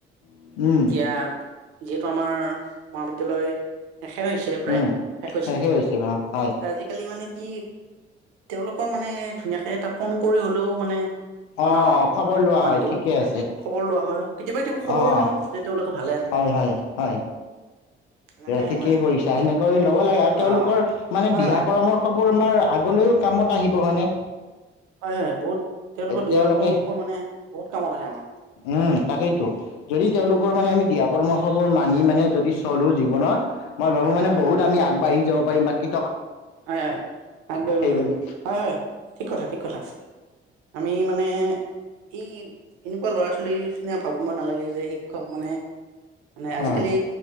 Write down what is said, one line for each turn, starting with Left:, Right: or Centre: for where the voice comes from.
Left: অঁ
Right: কিয় যিহেতু আমাৰ মহাবিদ্যালয় শেষে হৈছে প্ৰায়
Left: উম
Right: শেষ
Left: শেষে হৈছে বাৰু হয়।
Right: আজিকালি মানে কি তেওঁলোকৰ মানে ধুনীয়াকে এটা ফোন কৰি হলেও মানে। জনাও
Left: অ',
Right: আৰু
Left: খবৰ
Right: সন্মান
Left: লোৱা হয়
Right: দিও
Left: ঠিকে আছে
Right: খবৰ লোৱা হয় কেতিয়াবা কেতিয়াবা খবৰো
Left: অ',
Right: লওঁ যে তেওঁলোকে ভাল।
Left: হয় হয় হয়
Right: তেনেকে
Left: ঠিকেই
Right: মই
Left: কৰিছা সেনেকৈ ল'ব লাগে আৰু তেওঁলোকৰ
Right: অ
Left: মানে
Right: হয়
Left: দিহা
Right: হয়
Left: পৰামৰ্শ আমাৰ আগলৈও কামত আহিব হয়নে
Right: হয় হয় বহুত তেওঁলোকৰ দিহাৰ
Left: তেওঁলোকে
Right: পৰামৰ্শ মানে বহুত কামত আহে আাৰ
Left: উম তাকেইতো যদি তেওঁলোকৰ
Right: উম
Left: মানে আমি দিয়া পৰামৰ্শ উৎসবোৰ মানি মানে যদি চলোঁ জীৱনত মই ভাবো
Right: হয়
Left: মানে
Right: হয়
Left: বহুত
Right: হয়
Left: আমি আগবাঢ়ি যাওঁ প মাকি
Right: হয় হয় আগবাঢ়িব পাৰিম
Left: বুলি
Right: হয় হয় ঠিক কথা ঠিক কথা আমি মানে ই এনেকুৱা ল'ৰা ছোৱালী খিনিয়ে ভাবিব নালাগে যে শিক্ষক মানে মানে আজিকালি
Left: অ',